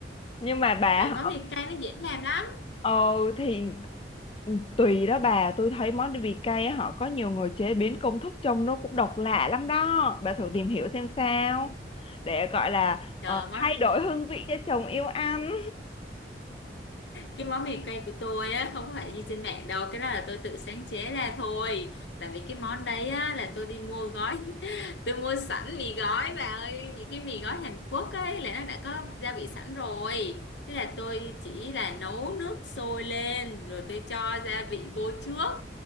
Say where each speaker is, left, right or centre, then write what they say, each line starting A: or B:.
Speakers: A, on the left; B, on the left.
A: nhưng mà bà
B: tại vì món
A: họ
B: mì cay nó dễ làm lắm.
A: ờ thì tùy đó bà tôi thấy món vị cay á, họ có nhiều người chế biến công thức trông nó cũng độc lạ lắm đó bà thử tìm hiểu xem sao để gọi là
B: Trời
A: ờ,
B: món
A: thay đổi hương vị cho chồng yêu ăn
B: cái món mì quay của tôi á không phải như trên mạng đâu cái đó là tôi tự sáng chế ra thôi tại vì cái món đấy á là tôi đi mua gói <laughs> tôi mua sẵn mì gói bà ơi những cái mì gói Hàn Quốc ấy là nó đã có gia vị sẵn rồi thế là tôi chỉ là nấu nước sôi lên rồi tôi cho gia vị vô trước